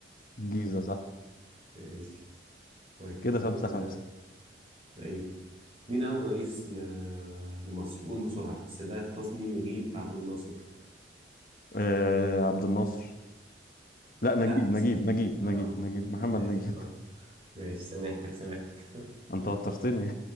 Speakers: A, on the left (about 50°); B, on the right (about 30°).
A: الجيزة صح
B: ماشي طيب
A: كده خمسة
B: آه،
A: خمسة
B: ايوه مين أول رئيس ل... لمصر قول بسرعة السادات حسني نجيب عبد الناصر
A: آه عبد الناصر لا نجيب
B: لا
A: نجيب نجيب
B: اه
A: نجيب نجيب محمد
B: ماشي
A: نجيب
B: اه ماشي سامحتك سامحتك <laughs>
A: <laughs> انت وترتني